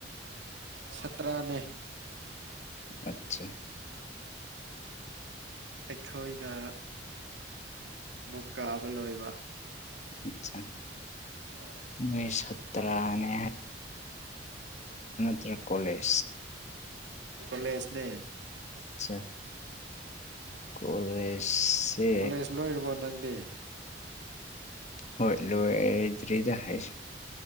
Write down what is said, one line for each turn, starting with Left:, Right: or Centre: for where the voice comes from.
Right: ꯁꯥꯇ꯭ꯔꯥꯅꯦ
Left: ꯑꯆꯥ
Right: ꯑꯩꯈꯣꯏꯅ ꯑꯃꯨꯛ ꯀꯥꯕ ꯂꯣꯏꯕ
Left: ꯑꯠꯆꯥ
Right: ꯇꯧꯋꯥ
Left: ꯅꯣꯏ ꯁꯥꯇ꯭ꯔꯥꯅꯦ ꯎꯇ꯭ꯔ ꯀꯣꯂꯦꯖ
Right: ꯀꯂꯦꯁꯅꯦ
Left: ꯑꯆꯥ ꯀꯣꯂꯦꯖꯁꯦ
Right: ꯀꯣꯂꯦꯖ ꯂꯣꯏꯔꯕꯣ ꯅꯪꯗꯤ
Left: ꯍꯣꯏꯂꯖꯔꯤꯖ ꯍꯥꯏꯁ